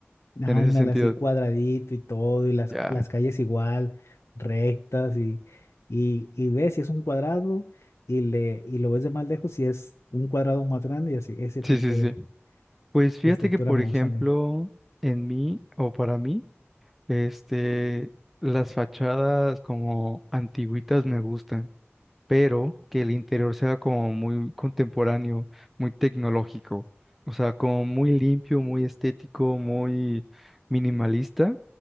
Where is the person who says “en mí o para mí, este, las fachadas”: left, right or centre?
Centre